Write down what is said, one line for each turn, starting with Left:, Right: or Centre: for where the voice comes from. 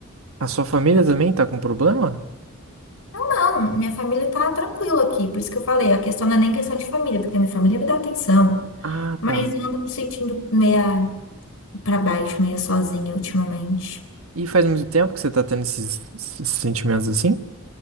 Right: A sua família também tá com problema?
Left: Não, minha família tá tranquila aqui, por isso que eu falei, a questão não é nem questão de família, porque minha família me dá atenção.
Right: Ah,
Left: Mas
Right: tá.
Left: eu ando me sentindo meia pra baixo, meia sozinha ultimamente.
Right: E faz muito tempo que você tá tendo esses, esses sentimentos assim?